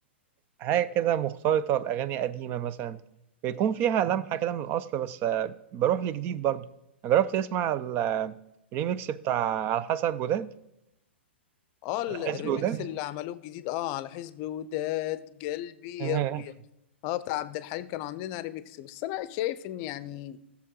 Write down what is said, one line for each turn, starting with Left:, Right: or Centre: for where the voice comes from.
Right: حاجة كده مختلطة لأغاني قديمة مثلا بيكون فيها لمحة كده من الأصل بس بروح لجديد برضو جربت تسمع الريميكس بتاع على حسب وداد
Left: اه ال-
Right: على
Left: الريميكس
Right: حسب وداد
Left: اللي عملوه الجديد اه على حزب وداد قلبي
Right: <laughs>
Left: يا ابويا اه بتاع عبد الحليم كانوا عاملينها ريميكس بس انا شايف ان يعني